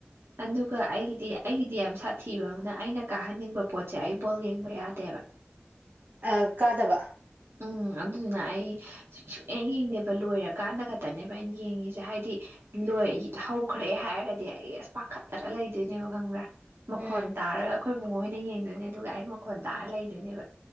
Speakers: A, on the right; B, on the right.
A: ꯑꯗꯨꯒ ꯑꯩꯒꯤꯗꯤ ꯑꯩꯒꯤꯗꯤ ꯌꯥꯝ ꯁꯥꯊꯤꯕ ꯑꯃꯅ ꯑꯩꯅ ꯀꯥꯍꯟꯅꯤꯡꯕ ꯄꯣꯠꯁꯦ ꯑꯩ ꯕꯣꯜ ꯌꯦꯡꯕ ꯌꯥꯗꯦꯕ
B: ꯑ ꯀꯥꯗꯕ
A: ꯎꯝ ꯑꯗꯨꯗꯨꯅ ꯑꯩ ꯁꯨꯛꯌꯦꯡ ꯌꯦꯡꯗꯦꯕ ꯂꯣꯏꯔꯀꯥꯟꯗ ꯈꯛꯇꯅꯦꯕ ꯑꯩꯅ ꯌꯦꯡꯉꯤꯁꯦ ꯍꯥꯏꯗꯤ ꯂꯣꯏ ꯍꯧꯈ꯭ꯔꯦ ꯍꯥꯏꯔꯒꯗꯤ ꯑꯩ ꯑꯁ ꯄꯥꯈꯠꯇꯔ ꯂꯩꯗꯣꯏꯅꯦꯕ ꯈꯪꯕ꯭ꯔꯥ ꯃꯈꯣꯟ
B: ꯎꯝ
A: ꯇꯥꯔꯒ ꯑꯩꯈꯣꯏꯕꯨꯡꯉꫭꯍꫭꯏꯅ ꯌꯦꯡꯗꯣꯏꯅꯦ ꯑꯗꯨꯒ ꯑꯩꯅ ꯃꯈꯣꯟꯜ ꯇꯥꯔ ꯂꯩꯗꯣꯏꯅꯦꯕ